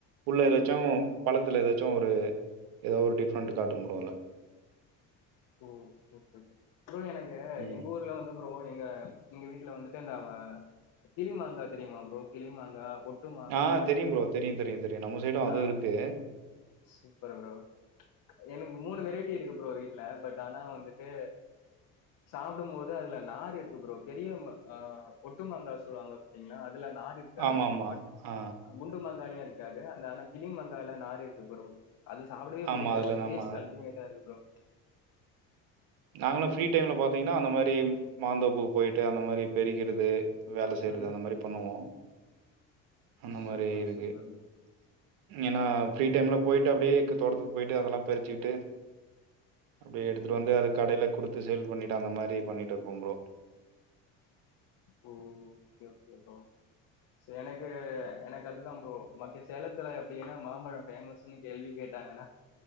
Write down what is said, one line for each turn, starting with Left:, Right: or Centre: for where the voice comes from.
Right: உள்ள ஏதாச்சு
Left: ஆ
Right: பழத்துல ஏதாச்சு ஒரு ஏதோ ஒரு டிஃப்ரெண்ட் காட்டும்ப்ரோ அதுல
Left: ஓ ஓகே ஓகே <unintelligible> எனக்கு
Right: ம்.
Left: எங்க ஊர்ல வந்து ப்ரோ எங்க எங்க வீட்டுல வந்துட்டு இந்த கிளி மாங்கா தெரியுமா ப்ரோ கிளி மாங்கா ஒட் ட்டு மாங்க
Right: ஆ தெரியும் ப்ரோ. தெரியும் தெரியும் தெரியும். நம்ம சைடும் அதுவும்
Left: ஆ
Right: இருக்கு.
Left: சூப்பர் ப்ரோ எனக்கு மூணு வெரைட் <unintelligible> இருக்கு ப்ரோவி ல பட் ஆனா வந்துட்டு சாப்டும்போது அதுல நார் இருக்கு ப்ரோ பெரிய ஒட்டுமங்கா சொல்லுவாங்க பாத்தீங்களா அது இதுல நார் இருக்காது
Right: ஆமாமா.
Left: ப்ரோ பட
Right: ஆ
Left: குண்டு மாங்காளயுஇருக் இருக்காது அந் அனா கிளிமங்கால நார் இருக்கு ப்ரோ அது சாப்பிடவே
Right: ஆமா
Left: பிடிக்கல
Right: அதுல
Left: பட்
Right: நம்ம
Left: டேஸ்ட் அல்டிமேட்டா இருக்கு ப்ரோ
Right: நாங்களு ஃப்ரீ டைம்ல பாத்தீங்கன்னா அந்த மாரி மாந்தோப்புக்கு போயிட்டு அந்த மாரி பெருக்கிறது வேல செய்றது
Left: ம்.
Right: அந்த மாதிரி பண்ணுவோ அந்த
Left: சூப்பர்,
Right: மாரி இருக்கு
Left: சூப்பர் ப்ரோ.
Right: ஏன்னா ஃப்ரீ டைம்ல போயிட்டு அப்டியே தோட்டத்துக்கு போயிட்டு அதெல்லா பிறிச்சுக்கிட்டு அப்டியே எடுத்துட்டு வந்து அது கடய்ல குடுத்து சேல் பண்ணிட்டு அந்த மாரி பண்ணிட்டு இருக்கு ப்ரோ
Left: ஓ ஓகே ஓகே ப்ரோ சோ எனக்கு எனக்கு அதுதா ப்ரோ மக்கிய சேலத்துல அப்படின்னா மாம்பழம் ஃபேமஸ்ன்னு கேள்வி கேட்டாங்கன்னா